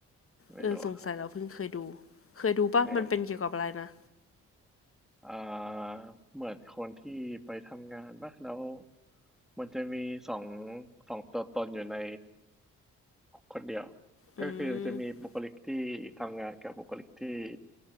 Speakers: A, in the centre; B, on the left.
A: ไม่รู้อ่ะ
B: เออสงสัยเราเพิ่งเคยดูเคยดูปะมันเป็นเกี่ยวกับอะไรนะ
A: เออ อ่าเหมือนคนที่ไปทำงานปะแล้วมันจะมีสองสองตัวตนอยู่ในคนเดียว
B: อืม
A: ก็คือจะมีบุคลิกที่ทำงานกับบุคลิกที่